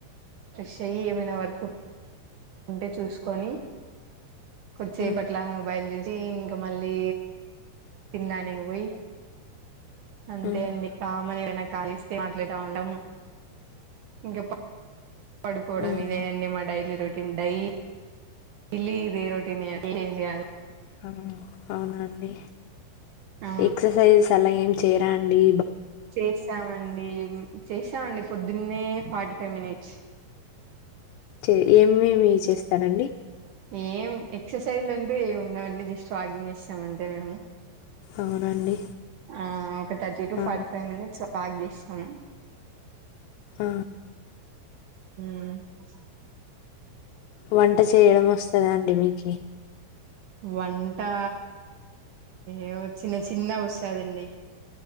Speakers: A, on the right; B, on the left.
A: ఫ్రెస్ఐఈ ఏమైన వర్క్ ఉంటే చూసుకొని! కోచెప్
B: హ్మ్.
A: పట్లా మొబైల్ జ్యూస్ ఎధి ఇంకా మళ్ళీ తిండానికి పోయి అంతే
B: హ్మ్.
A: అండి కామన్. ళ ఇస్తే మాట్లాడు ఉండము ఇంక పడుకోవడం
B: హ్మ్.
A: ఇదే అండీ అన్నీ మా డైలీ రో పిండాయి ఇలీ ఇదే రొటీన్ ఏంచేయాలి
B: మ్మ్ అవునా అండి
A: ఆ
B: ఎక్సర్‌సైజ్ అలా చేరండి
A: చేశామండి, చేశామండి. పొద్దున్నే ఫార్టీ ఫైవ్ మినిట్స్
B: చే ఏమేమి చేస్తారండి
A: ఏం ఎక్సర్‌సైజులు అంటూ ఏమి ఉండవండి జస్ట్ వాకింగ్ చేస్తం మంతే మేము
B: అవునా అండి?
A: ఆ ఒక థర్టీ టు
B: ఆ!
A: ఫార్టీ ఫైవ్ మినిట్స్ వాక్ చేస్ సమ్
B: ఆ
A: హ్మ్
B: వంట చేయడం వస్తదా అండి మీకి ఏ
A: వంటా ఏవో చిన్న చిన్న వచ్చాదండి